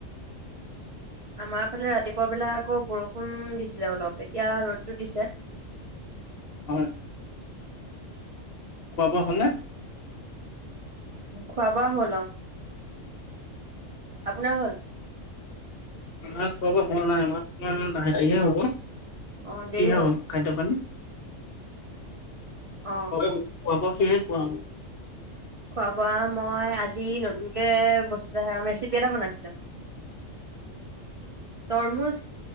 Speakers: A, on the right; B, on the left.
A: আমাৰ ফালে ৰাতিপুৱা বিলাক আকৌ বৰষুণ দিছিলে অলপ এতিয়া ৰ'দতটো দিছে। <inaudible>
B: হয়। খোৱা- বোৱা হ'লনে?
A: খোৱা -বোৱা হ'ল অ। আপোনাৰ হল?
B: আমাৰ খোৱা -বোৱা হোৱা নাই আমাৰ লাহেদিয়ে হ'ব। কি
A: অ', দেৰি
B: হ'ল
A: হয়।
B: খাদ্য পানী?
A: অ',
B: খোৱা -বোৱা কি'হে খোৱাম?
A: খোৱা- বোৱা মই আজি নতুনকৈ বস্তু এটা ৰেচিপি এটা বনাইছিলোঁ। <inaudible> তৰমুজ,